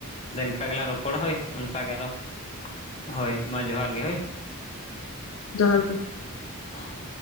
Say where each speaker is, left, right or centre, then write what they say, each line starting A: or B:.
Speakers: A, on the left; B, on the left.
A: ᱟᱫᱚ ᱤᱱᱠᱟ ᱜᱮᱞᱟᱝ ᱨᱚᱯᱚᱲᱟ ᱦᱳᱭ ᱚᱱᱠᱟᱜᱮ ᱟᱨᱦᱚ, ᱦᱳᱭ ᱢᱟ ᱡᱚᱦᱟᱨ ᱜᱮ ᱦᱳᱭ᱾
B: ᱡᱚᱦᱟᱨ ᱜᱮ ᱾
A: ᱚᱳ